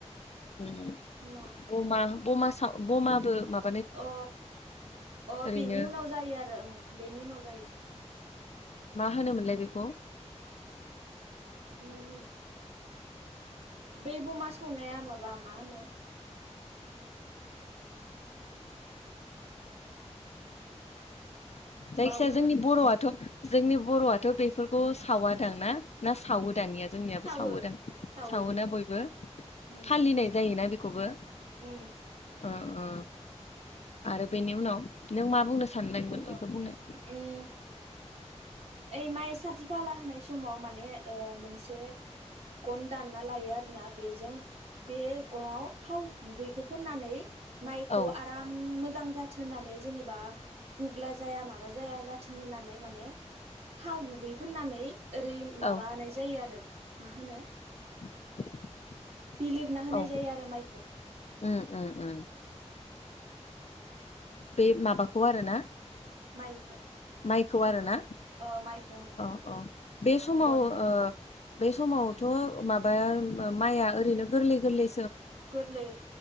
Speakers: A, on the left; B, on the right.
A: उम
B: मा
A: बमा बमाबो साव बमाबो माब
B: अ अ
A: ओरैनो
B: बेनि उनाव जायो आरो ओं बेनि उनाव जायो
A: मा होनोमोनलाय बेखौ?
B: उम। बे बमा सौनाया माबा मा होनो?
A: जायखि
B: बावगार
A: जाया जोंनि बर'आथ' जोंनि बर'आथ' बेफोरखौ सावदांना ना सावो दानिया। जोंनियाबो
B: सावो
A: सावोदां
B: सावो
A: सावोना
B: उम
A: बयबो
B: उम
A: फालिनाय जायोना बेखौबो?
B: उम
A: ओ ओ आरो बेनि उनाव नों मा बुंनो सानदोंमोन?
B: बिनि उनाव
A: बुंनाय
B: उम ओइ माइ साथि खाला होनाय समाव माने ओ मोनसे गन दानना लायो आरोना बेजों बे गनाव थाव गुबैखौ फोननानै माइखौ
A: औ
B: आराम मोजां जाथों होननानै जेनेबा गुग्ला जाया माबा जाया जाथों होननानै माने थाव गुबै फोननानै ओरै माबानाय
A: औ
B: जायो आरो मा होनो
A: <inaudible>
B: बिलिरना होनाय
A: औ
B: जायो आरो माइखो
A: उम उम उम। बे माबाखौ आरोना?
B: माइखो
A: माइखौ आरोना
B: ओ माइखौ
A: अ अ बे समाव
B: गनजों
A: ओ बे समावथ' माबाया माइआ ओरैनो गोरलै गोरलै
B: गोरलै